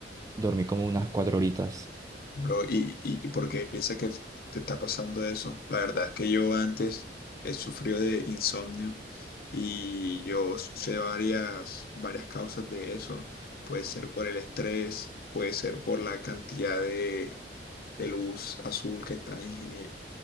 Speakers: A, on the right (about 20°); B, on the left (about 55°).
A: dormí como unas cuatro horitas.
B: bro, ¿y, y, y por qué piensas que te está pasando eso? La verdad es que yo antes he sufrido de insomnio y yo sé varias, varias causas de eso. Puede ser por el estrés, puede ser por la cantidad de de luz azul que estás ingeni-